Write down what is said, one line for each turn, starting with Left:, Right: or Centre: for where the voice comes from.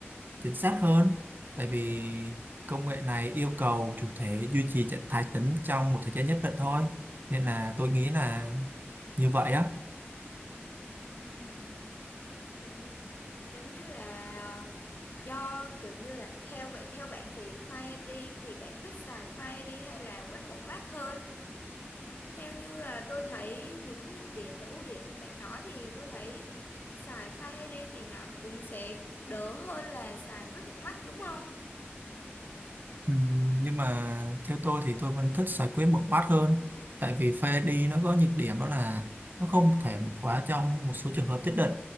Right: chính xác hơn tại vì công nghệ này yêu cầu chủ thể duy trì trạng thái tĩnh trong một thời gian nhất định thôi nên là tôi nghĩ là như vậy á
Left: Ừm. Là giống như là ờ, do kiểu như là theo vậy theo bạn thì Fire ai đi thì bạn thích xài Fire ai đi hay là web một mác hơn? Theo như là tôi thấy những nhược điểm và ưu điểm bạn nói thì tôi thấy xài Fire ai đi thì nó cũng sẽ đỡ hơn là xài web một mác đúng không?
Right: Ừ, nhưng mà theo tôi thì tôi vẫn thích giải quyết một bát hơn tại vì pha đi nó có nhược điểm đó là nó không thể một khóa trong một số trường hợp nhất định